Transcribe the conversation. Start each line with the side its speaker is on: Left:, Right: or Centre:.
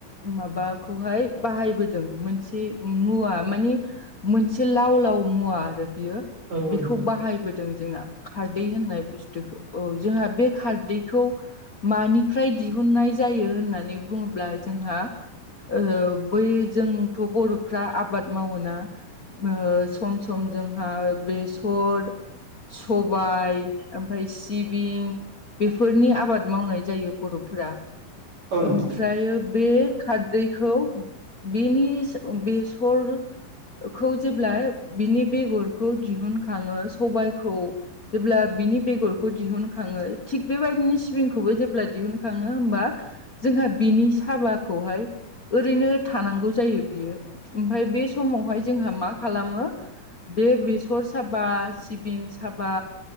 Left: माबाखौहाय बाहायबोदों मोनसे मुवा माने मोनसे लाव लाव मुवा आरो
Right: औ
Left: बिखौ
Right: नोंथां।
Left: बाहाय बोदों जोंना खारदै होननाय बुस्थुखौ औ जोंहा बे खारदैखौ मानिफ्राय दिहुननाय जायो होननानै बुङोब्ला जोंहा ओ बै जोंथ' बर' फ्रा आबाद मावोना ओ सम सम जोंहा बेसर सबाय ओमफ्राय सिबिं बेफोरनि आबाद मावनाय जायो बर'फोरा।
Right: औ नोंथां
Left: ओमफ्रायो बे खारदैखौ बेनिस बेसर खौ जेब्ला बिनि बेगरखौ दिहुनखाङो सबायखौ जेब्ला बिनि बेगरखौ दिहुनखाङो थिग बेबायदिनो सिबिंखौबो जेब्ला दिहुनखाङो होमबा जोंहा बिनि साबाखौहाय ओरैनो थानांगौ जायो बियो। ओमफाय बे समावहाय जोंहा मा खालामो बे बेसर साबा सिबिं साबा